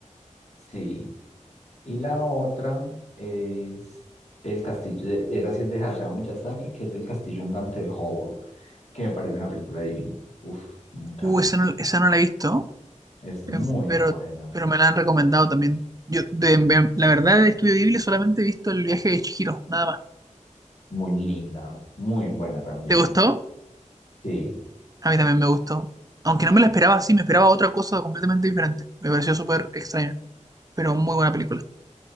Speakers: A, on the left (about 60°); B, on the right (about 30°).
A: Sí. Y la otra es el castillo, de- esa sí es de Hayao Miyazaki, que es el castillo andante de Howl, que me parece una película divina. Uf, me encanta.
B: Uh, esa no, esa no la he visto,
A: Es muy
B: eh, pero,
A: buena,
B: pero me la han recomendado también. Yo, de, de- la verdad, de Estudio Ghibli solamente he visto El viaje de Chihiro, nada más.
A: muy linda, muy buena también.
B: ¿Te gustó?
A: Sí,
B: A mí también me gustó. Aunque no me la esperaba así, me esperaba otra cosa completamente diferente. Me pareció súper extraño, pero muy buena película.